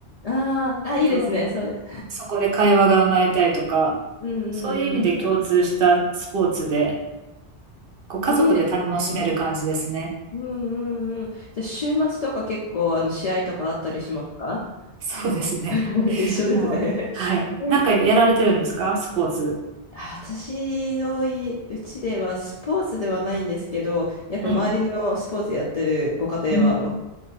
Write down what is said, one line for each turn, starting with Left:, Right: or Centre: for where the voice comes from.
Left: ああ、あ、
Right: あと
Left: いいですね、それ。
Right: そこで会話が生まれたりとか、
Left: <laughs> うんうんうん。
Right: そういう意味で共通したスポーツで、こう家族で楽しめる感じですね。
Left: いいですね。うんうんうん。じゃあ、週末とか結構、あの、試合とかあったりしますか
Right: そうですね。
Left: <laughs> 一緒ですね
Right: もう、はい。
Left: <laughs>
Right: なんかやられてるんですかスポーツ。
Left: あ私のいうちではスポーツではないんですけど、やっぱ周りのスポーツやってるご家庭はもう
Right: はい。うん